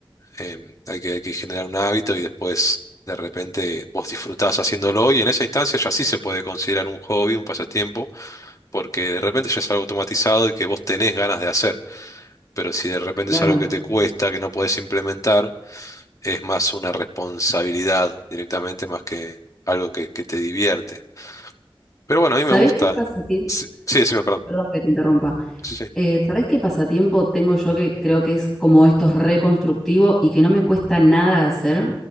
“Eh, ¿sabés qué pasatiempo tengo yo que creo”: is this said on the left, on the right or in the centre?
Centre